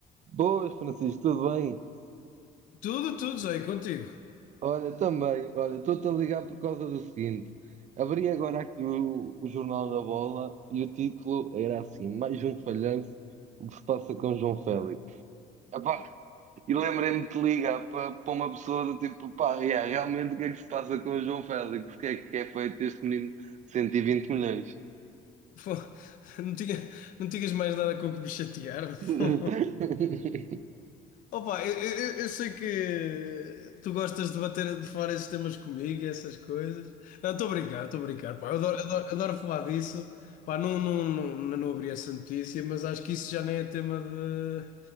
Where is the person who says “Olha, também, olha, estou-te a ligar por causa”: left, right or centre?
Right